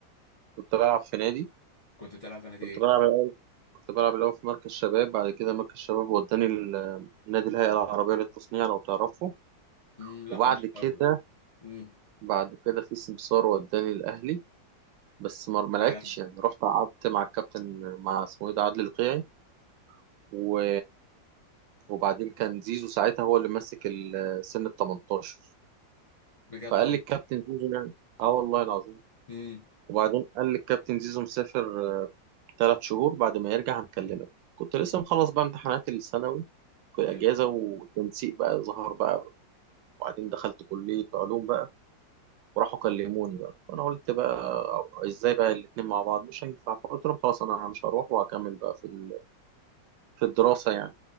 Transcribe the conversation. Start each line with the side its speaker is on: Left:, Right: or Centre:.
Right: كنت بلعب في نادي
Left: كنت بتلعب في نادي
Right: كنت
Left: ايه؟
Right: بلعب الأول- كنت بلعب الأول في مركز شباب بعد كده مركز شباب وداني ال- نادي الهيئة العربية للتصنيع لو تعرفه
Left: امم لا
Right: وبعد
Left: مش
Right: كده
Left: قوي امم
Right: بعد كده في سمسار وداني الأهلي بس ما ما
Left: بجد
Right: لعبتش يعني رحت قعدت مع الكابتن مع اسمه ايه ده عادل القيعي و... وبعدين كان زيزو ساعتها هو اللي ماسك ال- سن ال 18
Left: بجد
Right: فقال
Left: والله
Right: لي الكابتن زيزو يعني اه والله العظيم
Left: امم
Right: وبعدين قال لي الكابتن زيزو مسافر ثلاث شهور بعد ما يرجع هنكلمك كنت لسه مخلص بقى امتحانات الثانوي في الأجازة
Left: حلو
Right: والتنسيق بقى ظهر بقى وبعدين دخلت كلية علوم بقى وراحوا كلموني بقى وأنا قلت بقى إزاي بقى الاتنين مع بعض مش هينفع فقلت لهم خلاص أنا مش هروح وهكمل بقى في ال- في الدراسة يعني